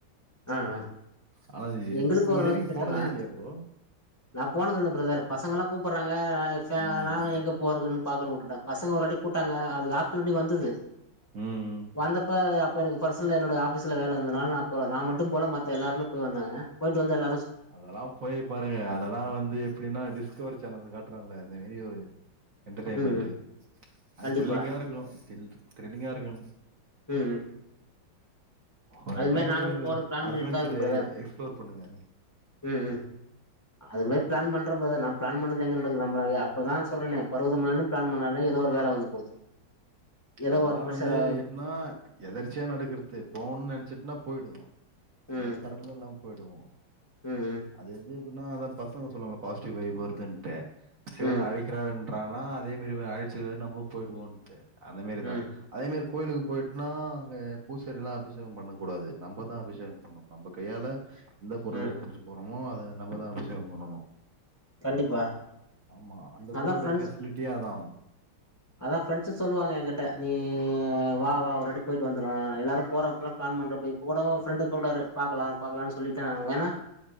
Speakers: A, on the left; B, on the right.
A: ஆஹ்ஹ
B: ஆனா இது
A: எங்குளுக்கு
B: நீங்க
A: ஓரளவு
B: இது வரைக்கு
A: கிட்டதா
B: போனதே இல்லையா ப்ரோ
A: நான் போனதில்ல பிரதர் பசங்கல்லா கூப்பிறாங்க ந பே
B: ம்
A: எங்க போறதுன்னு பாக்குற உட்டுட்ட பசங்க ஒரு வாட்டி கூப்டாங்க அதுக்கு ஆப்ஷனுட்டி வந்தது
B: ம்
A: வந்தப்ப அப்ப எனக்கு பர்சனல என்னோட ஆபீஸ்ல வேல இருந்தனால நா போல நா மட்டு போல மத்த எல்லாருமே போய் வந்தாங்க போயிட்டு வந்தெல்லா
B: அதல்லா போயி பாருங்க அதல்லா வந்து எப்டின்னா டிஸ்கவரி சேனல்ல காட்டுறாங்களே அந்த மாரி ஒரு என்டர்டெய்மென்டு
A: ம் ம்
B: அது
A: கண்டிப்பா
B: திரில்லிங்கா இருக்கு திரில் திரில்லிங்கா இருக்கு
A: ம் ம்
B: ஒரு
A: அது
B: டைம்
A: மாரி நாங்களு
B: போயிவந்துரு
A: போற பிளான்
B: அட்வென்சர்
A: பண்ணிட்டுதா இருக்கோ பிரதர்
B: எக்ஸ்ப்ளோர் பண்ணுங்க
A: ம் ம் அந்த மாரி பிளான் பண்றபோது நாம் பிளான் பண்ணறது எங்க நடக்குது நம்பளவே அப்பதா சொல்றநே பருவத மலனு பிளான் பண்ணால ஏதோ ஒரு வேலை வந்து போது ஏதோ
B: அதல்லா
A: ஒர்க் ப்ரெஷரா
B: வந்து எப்னா எதர்ச்சியா நடக்கற்து போணனு நெனைச்சிட்டுனா போயிடுவோ அது
A: ம்
B: எந்த தடங்களு இல்லாம போயிடுவோ
A: ம் ம்
B: அது எது எப்டின்னா அதா பசங்க சொல்லுவாங்கல்ல பாசிட்டிவ் வைஃப் வருதுன்ட்டு சிவன்
A: ம்
B: அழை க்கிறாருன்றனா அதே மாறி அழச்சிருவாரு நம்மளு போயிடுவோன்ட்டு அந்த மாறிதா
A: ம்
B: அதேமாறி கோயிலுக்கு போயிட்டுனா அங்க பூசாரி எல்லா அபிஷேக பண்ணக்கூடாது நம்ம தா அபிஷேகோ பண்ணோ நம்ம கையால எந்த பொருள
A: ம்
B: எடுத்துட்டு போறோமோ அத நம்ம தா அபிஷேக பண்ணணு
A: கண்டிப்பா
B: ஆமா அந்த
A: அதா
B: கோயிலோட
A: ஃப்ரெண்ட்ஸ்
B: பெசிலிட்டியே அதா
A: அதா பிரெண்ட்ஸு சொல்லுவாங்க எங்கிட்ட நீ வா வா ஒருவாட்டி போயிட்டு வந்துருலா எல்லாரும் போறப்லா பிளான் பண்றப்ப இப்ப கூட ஒரு பிரெண்டு கூப்டாறு பாக்கலா பாக்கலானு சொல்லிட்ட வேணா